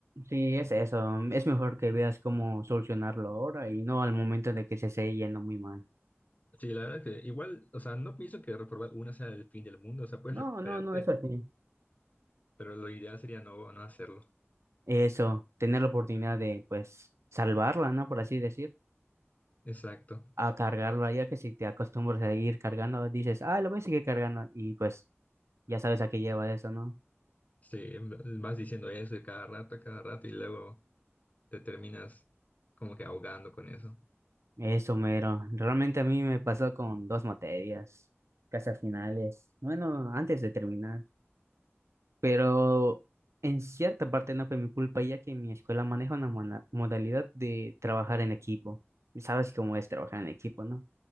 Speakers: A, on the right; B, on the left.
A: Sí, es eso. Es mejor que veas cómo solucionarlo ahora y no al momento de que se esté yendo muy mal.
B: Sí, la verdad que igual, o sea, no pienso que reprobar una sea el fin del mundo, o sea, puedes
A: No,
B: recuperarte,
A: no, no, eso sí.
B: pero lo ideal sería no, no hacerlo.
A: Eso, tener la oportunidad de, pues, salvarla, ¿no? Por así decir.
B: Exacto.
A: A cargarla, ya que si te acostumbras a seguir cargando, dices, ah, lo voy a seguir cargando. Y pues, ya sabes a qué lleva eso, ¿no?
B: Sí, vas diciendo eso y cada rato, a cada rato y luego te terminas como que ahogando con eso.
A: Eso, mero. Realmente a mí me pasó con dos materias, casi a finales, bueno, antes de terminar, pero en cierta parte no fue mi culpa, ya que mi escuela maneja una mona- modalidad de trabajar en equipo. Y Sabes cómo es trabajar en equipo, ¿no?